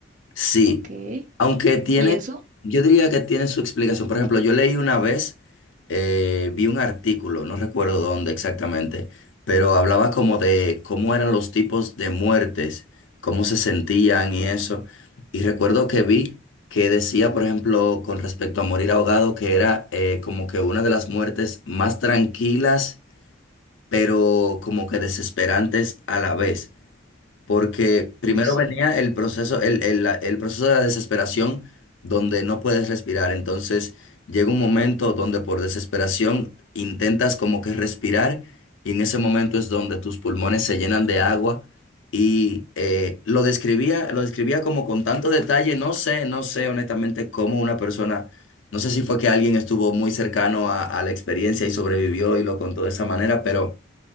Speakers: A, on the left (about 80°); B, on the right (about 40°).
A: Sí,
B: ok.
A: aunque tiene,
B: ¿Y eso?
A: yo diría que tiene su explicación. Por ejemplo, yo leí una vez, eh, vi un artículo, no recuerdo dónde exactamente, pero hablaba como de cómo eran los tipos de muertes, cómo se sentían y eso. Y recuerdo que vi que decía, por ejemplo, con respecto a morir ahogado, que era eh, como que una de las muertes más tranquilas, pero como que desesperantes a la vez. Porque primero
B: Uy, sí.
A: venía el proceso, el, el- la- el proceso de la desesperación donde no puedes respirar. Entonces llega un momento donde por desesperación intentas como que respirar y en ese momento es donde tus pulmones se llenan de agua. Y eh, lo describía, lo describía como con tanto detalle, no sé, no sé honestamente cómo una persona, no sé si fue que alguien estuvo muy cercano a a la experiencia y sobrevivió y lo contó de esa manera, pero